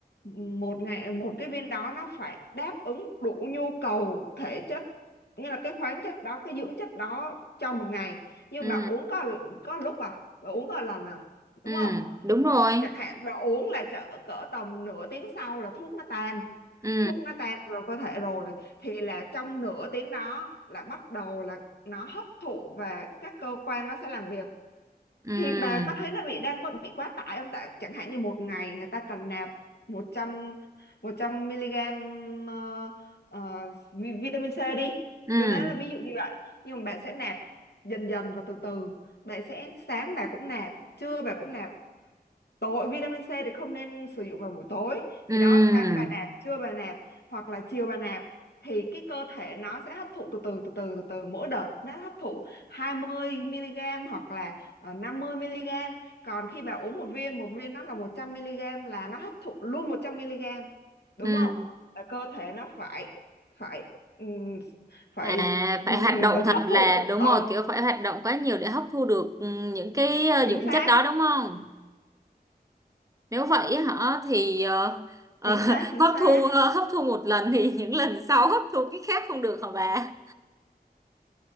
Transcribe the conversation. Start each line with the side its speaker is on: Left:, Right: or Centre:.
Left: một ngày một cái viên đó nó phải đáp ứng đủ nhu cầu thể chất như là cái khoáng chất đó cái dưỡng chất đó trong một ngày nhưng
Right: ừ
Left: bà uống có có lúc à bà uống có lần à
Right: ừ
Left: đúng không
Right: đúng rồi
Left: chẳng hạn và uống là chợ cỡ tầm nửa tiếng sau là thuốc nó tan
Right: ừ
Left: thuốc nó tan vào cơ thể rồi thì là trong nửa tiếng đó là bắt đầu là nó hấp thụ và các cơ quan nó sẽ làm việc
Right: ừ
Left: thì bà có thấy nó bị đang có bị quá tải không tại chẳng hạn như một ngày người ta cần nạp 100 100 mg ờ, ờ, vi- vitamin C đi
Right: ừ
Left: cho nên là ví dụ như vậy nhưng mà bạn sẽ nạp dần dần và từ từ bạn sẽ sáng bà cũng nạp trưa bà cũng nạp Tối vitamin C thì không nên sử dụng vào buổi tối
Right: ừ
Left: thì đó sáng bà nạp trưa bà nạp hoặc là chiều bà nạp thì cái cơ thể nó sẽ hấp thụ từ từ từ từ từ từ mỗi đợt nó hấp thụ 20 mg hoặc là ờ, 50 mg còn khi bà uống một viên một viên nó là 100 mg là nó hấp thụ luôn 100 mg đúng
Right: ừ
Left: không là cơ thể nó phải phải ừm, phải
Right: à
Left: ừm,
Right: phải hoạt động thật
Left: hấp
Right: là
Left: thụ
Right: đúng
Left: ờ
Right: rồi kiểu phải hoạt động quá nhiều để hấp thu được ừ, những cái ờ,
Left: chính
Right: dưỡng
Left: xác
Right: chất đó đúng không nếu vậy hả thì ờ, ờ,
Left: chính
Right: <laughs>
Left: xác chính
Right: hấp
Left: xác
Right: thu ờ, hấp thu một lần thì <laughs> những lần sau hấp thu cái khác không được hả bà